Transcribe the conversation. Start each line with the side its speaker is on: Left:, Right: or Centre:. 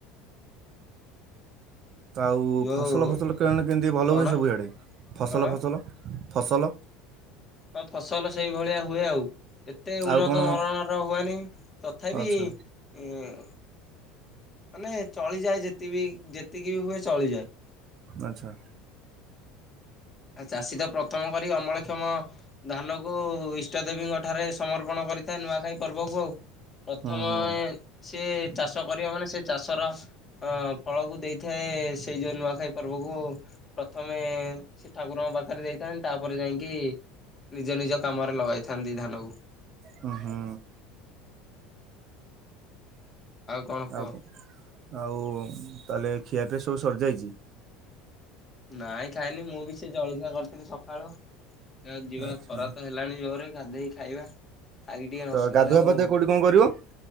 Right: ତ ଆଉ
Left: ଯୋଉ
Right: ଫସଲ, ଫସଲ କେଣେ କେମିତି ଭଲ
Left: କଣ
Right: ହୁଏ ସବୁ ଇଆଡେ ଫସଲ,
Left: କଣ
Right: ଫସଲ, ଫସଲ
Left: ହଁ ଫସଲ ସେଇଭଳିଆ ହୁଏ ଆଉ। ଏତେ ଉନ୍ନତ
Right: ଆଉ କଣ
Left: ଧରଣର ହୁଏନି ତଥାପି
Right: ଆଚ୍ଛା
Left: ଇଁ ମାନେ ଚଳିଯାଏ ଯେତିବି ଯେତିକି ବି ହୁଏ ଚଳିଯାଏ।
Right: ଆଚ୍ଛା।
Left: ଆ ଚାଷୀ ତ ପ୍ରଥମ କରି ଅମଳକ୍ଷମ ଧାନ କୁ ଇଷ୍ଟ ଦେବୀଙ୍କ ଠାରେ ସମର୍ପଣ କରିଥାଏ। ନୂଆଖାଇ ପର୍ବକୁ ଆଉ ପ୍ରଥମ
Right: ହୁଁ ହୁଁ
Left: ଏ ସିଏ ଚାଷ କରିବା ମାନେ ସେ ଚାଷର ଅ ଫଳକୁ ଦେଇଥାଏ ସେଇ ଯୋଉ ନୂଆଖାଇ ପର୍ବକୁ ପ୍ରଥମେ ସେ ଠାକୁରଙ୍କ ପାଖରେ ଦେଇଥାନ୍ତି, ତାପରେ ଯାଇଁକି ନିଜ ନିଜ କାମରେ ଲଗାଇଥାନ୍ତି ଧାନକୁ।
Right: ହୁଁ ହୁଁ।
Left: କଣ କୁହ
Right: ଆଉ କଣ ଆଉ ତାହେଲେ ଖିଆପିଆ ସବୁ ସରିଯାଇଚି।
Left: ନାଇଁ ଖାଇନି, ମୁଁ ବି ସେ ଜଳଖିଆ କରିଥିଲି ସକାଳୁ ଯାଉଚି ଯିବା
Right: ଆଚ୍ଛା।
Left: ଖରା ତ ହେ ଲାଣି ଜୋରେ ଗାଧେଇକି ଖାଇବା। ଖାଇକି ଟିକେ ନ
Right: ତ
Left: ଶୋଇଲେ
Right: ଗାଧୁଆ
Left: ଆଉ
Right: ପାଧୁଆ କୋଉଠି କଣ କରିବ?